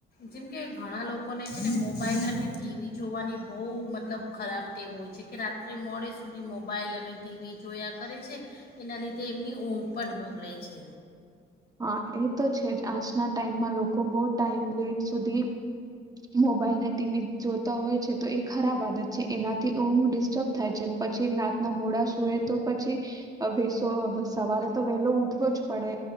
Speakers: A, on the left; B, on the right.
A: જેમ કે ઘણા લોકોને છે ને મોબાઈલ અને ટીવી જોવાની બહુ મતલબ ખરાબ ટેવો હોય છે કે રાત્રે મોડે સુધી મોબાઈલ અને ટીવી જોયા કરે છે એના લીધે એમની ઊંઘ પણ બગડે છે
B: હા એ તો છે જ આજના ટાઈમમાં લોકો બહ ટાઈમ લેટ સુધી મોબાઈલ ને ટીવી જોતા હોય છે તો એ ખરાબ આદત છે એનાથી ઊંઘ ડિસ્ટર્બ થાય છે પછી રાતના મોડા સુૂએ તો પછી <unintelligible> સવારે તો વહેલો ઉઠવો જ પડે